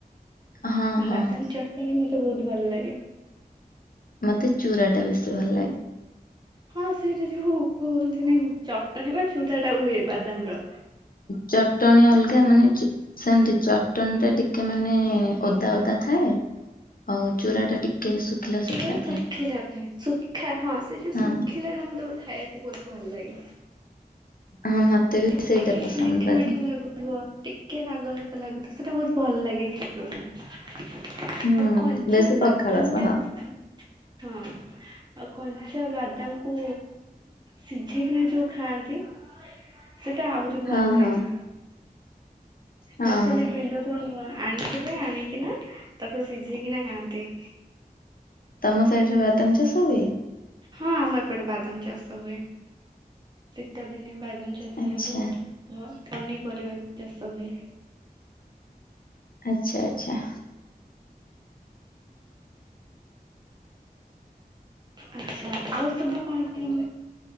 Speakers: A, on the left (about 65°); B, on the right (about 25°).
A: ହଁ ହଁ।
B: ବାଦାମ ଚଟଣି ମତେ ବହୁତ ଭଲ ଲାଗେ।
A: ମତେ ଚୁରା ଟା ବେଶୀ ଭଲ ଲାଗେ।
B: ହଁ ସେଇଟା ଯୋଉ କୁହନ୍ତିନି ଚଟଣୀ ବା ଚୁୁରା ଟା ହୁଏ ବାଦାମ ର।
A: ଚଟଣିୀ ଅଲଗା ମାନେ ସେମିତି ଚଟଣ ଟା ଟିକେ ମାନେ ଓଦା ଓଦା ଥାଏ। ଆଉ ଚୂରା ଟା ଟିକେ ଶୁଖିଲା ଶୁଖିଲା
B: ଗୋଟେ ଶୁଖିଲା
A: ଥାଏ
B: ଥାଏ ଶୁଖା ହଁ ସେ ଯୋଉ ଶୁଖିଲା
A: ହଁ
B: ଟା ମୁଁ ବହୁତ ଖାଇବା ବହୁତ ଭଲ ଲାଗେ
A: ହଁ ମତେ ବି
B: ଟିକେ
A: ସେଇଟା ପସନ୍ଦ
B: ମିଠା
A: ବାରି
B: ମିଠା ଲାଗୁ ଥିବ ଟିକେ ରାଗ ରାଗ ଲାଗୁଥିବ ସେଇଟା ବହୁତ ଭଲ ଲାଗେ ଖାଇବାକୁ। ଆଉ
A: ହୁଁ
B: କଞ୍ଚା
A: ବେଶୀ
B: ବାଦାମ
A: ପଖାଳ ସହ
B: ଟାକୁ ହଁ। ଆଉ କଞ୍ଚା ବାଦାମକୁ ସିଝେଇକନା ଯୋଉ ଖାଆନ୍ତି ସେଟା ଆହୁରି ଭଲ
A: ହଁ
B: ଲାଗେ
A: ହଁ ହଁ
B: ବାସ ଖାଲି ବିଲ ରୁ ଆଣିଥିବେ ଆଣିକିନା ତାକୁ ସିଝେଇକିନା ଖାଆନ୍ତି।
A: ତମ ସଇଟରେ ବାଦାମ ଚାଷ ହୁଏ?
B: ହଁ ଆମ ଏପଟେ ବାଦାମ ଚାଷ ହୁଏ। ଶୀତ ଦିନେ ବା ଦାମ ଚାଷ ହୁଏ।
A: ଆଚ୍ଛା
B: ଆଉ ବହୁତ ଭ ପନିପରିବା ବି ଚାଷ ହୁଏ।
A: ଆଚ୍ଛା ଆଛା।
B: ଆଛା ଆଉ ସବୁ କଣ ହୁଏ?